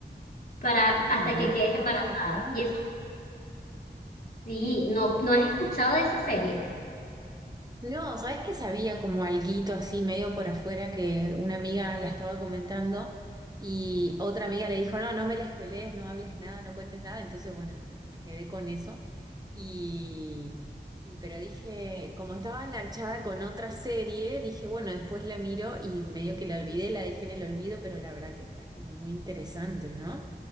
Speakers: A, on the left (about 55°); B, on the right (about 20°).
A: para,
B: Ay,
A: hasta
B: no,
A: que quedes embarazada.
B: por favor.
A: Y eso sí, no, no has escuchado de esa serie.
B: No, ¿sabés que sabía como alguito así medio por afuera que una amiga la estaba comentando y otra amiga le dijo, no, no me la spoilees, no hables nada, no cuentes nada, entonces bueno, como que me quedé con eso y, y pero dije, como estaba enganchada con otra serie, dije, bueno, después la miro y medio que la olvidé, la dejé en el olvido, pero la verdad que está como muy interesante, ¿no?